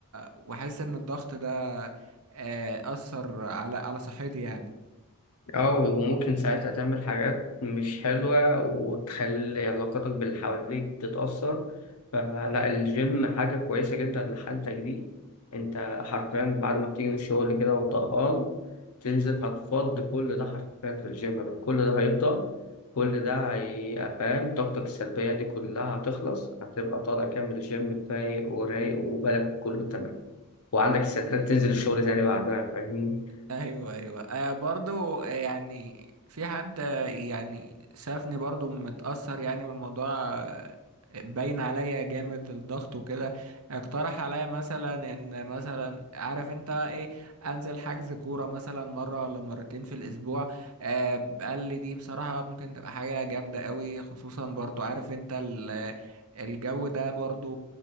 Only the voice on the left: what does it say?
اه وممكن ساعتها تعمل حاجات مش حلوة وتخلي علاقتك باللي حواليك تتأثر فلا الجيم حاجة كويسة جدا لحالتك دي انت حرفيا بعد ما بتيجي من الشغل كده وطهقان تنزل هتفض كل ده حرفيا في الجيم بقى كل ده هيفضى كل ده هيبقى فاهم طاقتك السلبية دي كلها هتخلص هتبقى طالع كامل الجيم فايق ورايق وبالك كله تمام وعندك استعداد تنزل الشغل تاني بعدها فاهمني